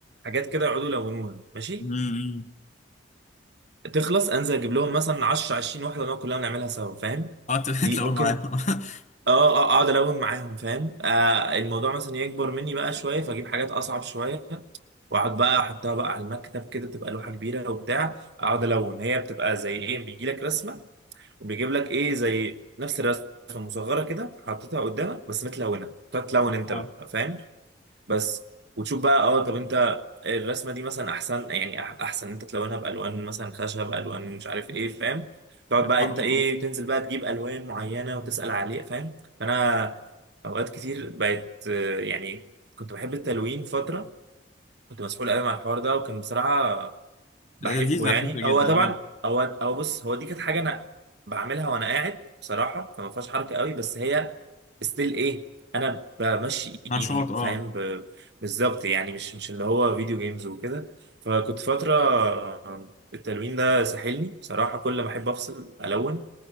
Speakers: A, on the right; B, on the left.
A: حاجات كده يقعدوا يلونوها ماشي
B: امم
A: تخلص انزل اجيب لهم مثلا 10 20 واحده نقعد كلها نعملها سوا فاهم
B: اه انت بتلاقوا
A: دي ممكن
B: معايا <laughs>
A: اه اه اقعد الون معاهم فاهم آه الموضوع مثلا يكبر مني بقى شويه فاجيب حاجات اصعب شويه واقعد بقى احطها بقى على المكتب كده تبقى لوحه كبيره وبتاع اقعد الون هي بتبقى زي ايه بيجي لك رسمه وبيجيب لك ايه زي نفس الرسمه مصغره كده حاططها قدامك بس متلونه تقعد تلون انت
B: اه
A: بقى فاهم بس وتشوف بقى اه طب انت الرسمه دي مثلا احسن يعني أح- احسن انت تلونها بالوان مثلا خشب الوان مش عارف ايه فاهم تقعد
B: اه
A: بقى انت
B: اه
A: ايه
B: آه.
A: تنزل بقى تجيب الوان معينه وتسال عليه فاهم فانا اوقات كتير بقت آه، يعني كنت بحب التلوين فتره كنت مسحول قوي مع الحوار ده وكان بصراحه بحبه
B: لا، لذيذ على
A: يعني
B: فكره جدا
A: هو طبعا
B: اه
A: هو هو بص هو دي كانت حاجه انا بعملها وانا قاعد بصراحه فما فيهاش حركه قوي بس هي ستيل ايه انا بمشي
B: نشاط
A: ايدي
B: اه
A: فاهم ب- بالظبط يعني مش مش اللي هو فيديو جيمز وكده فكنت فتره آه، التلوين ده ساحلني بصراحه كل ما احب افصل الون